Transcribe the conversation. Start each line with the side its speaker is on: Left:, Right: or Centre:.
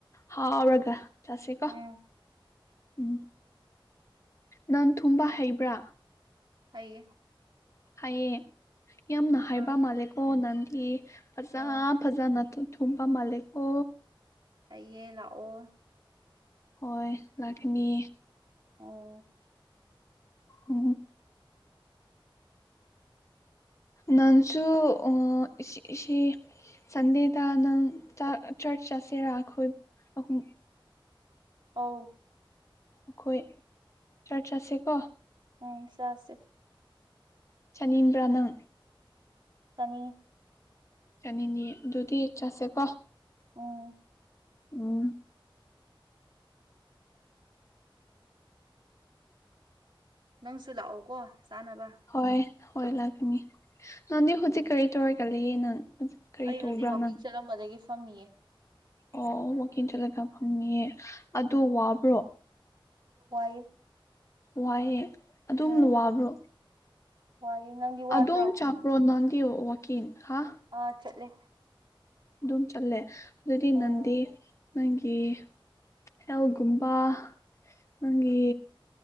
Left: ꯍꯥꯎꯔꯒ ꯆꯥꯁꯤꯀꯣ
Right: ꯎꯝ
Left: ꯎꯝ ꯅꯪ ꯊꯨꯝꯕ ꯍꯩꯕ꯭ꯔꯥ
Right: ꯍꯩꯌꯦ
Left: ꯍꯩꯌꯦ ꯌꯥꯝꯅ ꯍꯩꯕ
Right: ꯑꯥ
Left: ꯃꯥꯜꯂꯦꯀꯣ ꯅꯪꯗꯤ ꯐꯖ
Right: ꯑꯥ
Left: ꯐꯖꯅꯥ ꯊꯨꯝꯕ ꯃꯥꯂꯦꯀꯣ
Right: ꯇꯥꯏꯌꯦ ꯂꯥꯛꯑꯣ
Left: ꯍꯣꯏ ꯂꯥꯛꯀꯅꯤ
Right: ꯑꯣ
Left: ꯎꯝ ꯅꯪꯁꯨ ꯑꯝ ꯑꯁꯤ ꯁꯟꯗꯦꯗ ꯅꯪ ꯆꯔꯆ ꯆꯠꯁꯤꯔ ꯑꯩꯈꯣꯏ ꯑꯍꯨꯝ
Right: ꯑꯥꯎ
Left: ꯑꯩꯈꯣꯏ ꯆꯔꯆ ꯆꯠꯁꯦ ꯀꯣ
Right: ꯎꯝ ꯆꯥꯁꯤ
Left: ꯆꯅꯤꯡꯕ꯭ꯔꯥ ꯅꯪ
Right: ꯆꯥꯅꯤꯡ
Left: ꯆꯥꯅꯤꯡꯉꯤ ꯑꯗꯨꯗꯤ ꯆꯥꯁꯦ ꯀꯣ
Right: ꯎꯝ
Left: ꯎꯝ
Right: ꯅꯪꯁꯨ ꯂꯥꯛꯑꯣꯀꯣ ꯆꯥꯅꯕ
Left: ꯍꯣꯏ ꯍꯣꯏ ꯂꯥꯛꯀꯅꯤ ꯅꯪꯗꯤ ꯍꯨꯖꯤꯛ
Right: ꯎꯝ
Left: ꯀꯔꯤ ꯇꯧꯔꯒ ꯂꯩꯌꯦ ꯅꯪ ꯀꯔꯤ
Right: ꯑꯩ
Left: ꯇꯧꯕ꯭ꯔꯥ
Right: ꯍꯧꯖꯤꯛ ꯋꯥꯛꯀꯤꯡ
Left: ꯅꯪ
Right: ꯆꯠꯂꯝꯕꯗꯒꯤ ꯐꯝꯃꯤꯌꯦ
Left: ꯑꯣ ꯋꯥꯀꯤꯡ ꯆꯠꯂꯒ ꯐꯝꯃꯤꯌꯦ ꯑꯗꯨ
Right: ꯎꯝ
Left: ꯋꯥꯕ꯭ꯔꯣ
Right: ꯋꯥꯏꯌꯦ
Left: ꯋꯥꯏꯌꯦ ꯑꯗꯨꯝꯅ
Right: ꯎꯝ
Left: ꯋꯥꯕ꯭ꯔꯣ
Right: ꯋꯥꯏꯌꯦ ꯅꯪꯗꯤ ꯋꯥꯗ꯭ꯔꯣ
Left: ꯑꯗꯨꯝ ꯆꯥꯠꯄ꯭ꯔꯣ ꯅꯪꯗꯤ ꯋꯥꯀꯤꯡ ꯍꯥ
Right: ꯑꯥ ꯆꯠꯂꯦ
Left: ꯑꯗꯨꯝ ꯆꯠꯂꯦ ꯑꯗꯨꯗꯤ
Right: ꯎꯝ
Left: ꯅꯟꯗꯤ ꯅꯪꯒꯤ ꯍꯦꯜꯒꯨꯝꯕ ꯅꯪꯒꯤ